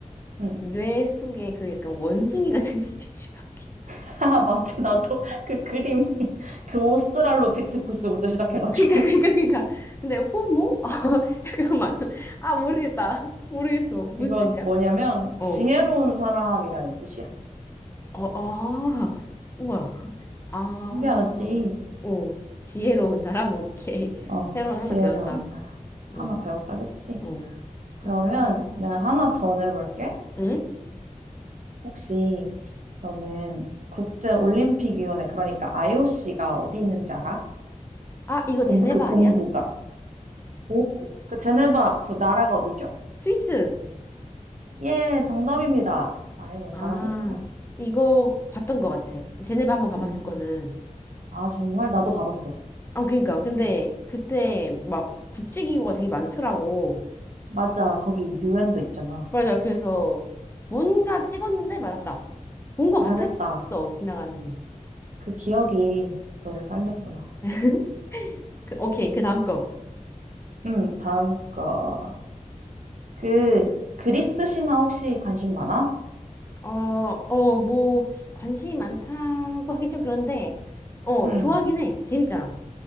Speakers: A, on the right; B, on the left.
A: 응.
B: 뇌 속에 그 약간 원숭이 같은 <laughs> 이미지가.
A: <laughs> 아, 맞지. 나도 그 그림 <laughs> 그 오스트랄로피테쿠스부터 시작해가지고
B: 그니까, 그니까, 그니까. 근데 호모? <laughs> 아, 잠깐만. 아, 모르겠다. 모르겠어. 무슨
A: 이건
B: 뜻이야?
A: 뭐냐면 지혜로운
B: 어.
A: 사람이라는 뜻이야.
B: 어, 아. 우와. 아.
A: 신기하지?
B: 어. 지혜로운 사람? 오케이.
A: 어,
B: 새로운
A: 지혜로운
B: 하나 배웠다.
A: 사람. 하나
B: 어,
A: 배웠다, 그치?
B: 어.
A: 그러면
B: 어.
A: 내가 하나 더 내볼게.
B: 응?
A: 혹시 너는 국제올림픽위원회, 그러니까 IOC가 어디 있는지 알아?
B: 아, 이거
A: 본,
B: 제네바
A: 그 본부가.
B: 아니야?
A: 오. 그 제네바, 그 나라가 어디죠?
B: 스위스.
A: 예, 정답입니다. 아이고,
B: 아,
A: 잘하고 있구만.
B: 이거 봤던 것 같아. 제네바 한번 가봤었거든.
A: 음. 아, 정말? 나도 가봤어.
B: 아, 그니까. 근데 그때 막 국제기구가 되게 많더라고.
A: 맞아, 거기 유엔도 있잖아.
B: 맞아. 그래서 뭔가 찍었는데 맞았다. 본 것
A: 잘했다.
B: 같았어. 지나가는데.
A: 그 기억이 너를 살렸구나.
B: <laughs> 그, 오케이. 그 다음 거.
A: 응, 다음 거. 그, 그리스 신화 혹시 관심 많아?
B: 어, 어, 뭐, 관심이 많다고 하긴 좀 그런데, 어,
A: 응,
B: 좋아하긴 해. 재밌잖아.